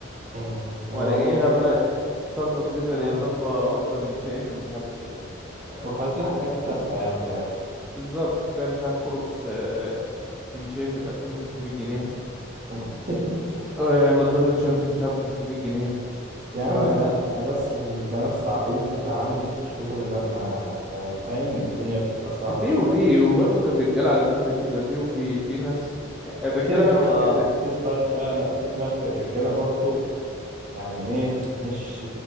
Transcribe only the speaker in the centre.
ولا
ايه
هبقى
طالبة دليفري
ايه طالبة اوردر من شين ومش عارف ايه طب
بالظبط تلاقي مش عارف كروكس آه، من شين ب 2500 جنيه
آه، نضارة شمس مش عارف ب 500 جنيه اللي
هو
<coughs>
<clears throat> في
وفي وبرضه الرجالة على فكرة كده في وفي في ناس الرجالة
بقى مشكلتها
إيه؟